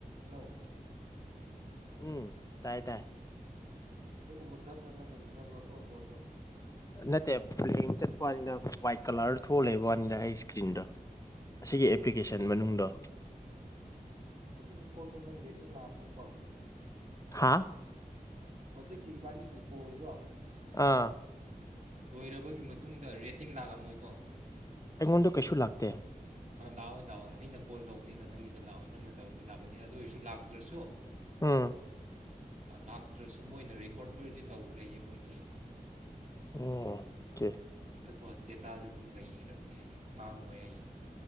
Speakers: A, on the right; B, on the left.
A: hello
B: ꯎꯝ ꯇꯥꯏ ꯇꯥꯏ
A: ꯑꯩꯅ ꯃꯨꯠꯊꯕ꯭ꯔꯥ ꯅꯪꯅ ꯃꯨꯠꯊꯕ꯭ꯔꯥ ꯀꯣꯀꯣꯜꯗꯣ
B: ꯅꯠꯇꯦ ꯐꯡ ꯆꯠꯄꯅꯤꯗ ꯋꯥꯏꯠ ꯀꯂꯔ ꯊꯣꯛ ꯂꯩꯕ ꯋꯥꯅꯤꯗ ꯑꯩ ꯏꯁꯀ꯭ꯔꯤꯟꯗꯣ ꯑꯁꯤꯒꯤ
A: ꯑꯣ
B: ꯑꯦꯄ꯭ꯂꯤꯀꯦꯁꯟ ꯃꯅꯨꯡꯗꯣ
A: ꯎꯝ ꯍꯧꯖꯤꯛꯀꯤ ꯀꯣꯜꯗꯣ ꯅꯪ ꯔꯦꯇꯤꯡ ꯂꯥꯛꯑꯝꯃꯣꯏꯀꯣ
B: ꯍꯥꯥ
A: ꯍꯧꯖꯤꯛꯀꯤꯕꯥꯅꯤꯒꯤ ꯀꯣꯜꯗꯣ
B: ꯑꯥ
A: ꯂꯣꯏꯔꯕꯒꯤ ꯃꯇꯨꯡꯗ ꯔꯦꯇꯤꯡ ꯂꯥꯛꯑꯝꯃꯣꯏꯀꯣ
B: ꯑꯩꯉꯣꯟꯗ ꯀꯩꯁꯨ ꯂꯥꯛꯇꯦ
A: ꯑ ꯂꯥꯛꯑꯣꯏ ꯂꯥꯛꯑꯣꯏ ꯑꯩꯅ ꯀꯣꯜ ꯇꯧꯕꯅꯤꯅ ꯅꯪꯒꯤꯗ ꯂꯥꯛꯑꯣꯏ ꯅꯪꯅ ꯇꯧꯔꯗꯤ ꯂꯥꯛꯀꯅꯤ ꯑꯗꯨ ꯑꯣꯏꯔꯁꯨ ꯂꯥꯛꯇ꯭ꯔꯁꯨ
B: ꯑꯝ
A: ꯂꯥꯛꯇ꯭ꯔꯁꯨ ꯃꯣꯏꯅ ꯔꯦꯀꯣꯔꯠ ꯑꯣꯏꯔꯗꯤ ꯇꯧꯈ꯭ꯔꯦꯌꯦ ꯃꯣꯏꯒꯤ
B: ꯑꯣ ꯀꯦ
A: ꯀꯣ ꯗꯦꯇꯥꯗꯨ ꯑꯗꯨꯝ ꯂꯩꯔꯕꯅꯦ ꯍꯥꯏꯌꯦꯦ ꯃꯥꯡꯉꯣꯏ ꯍꯥꯏꯌꯦꯦ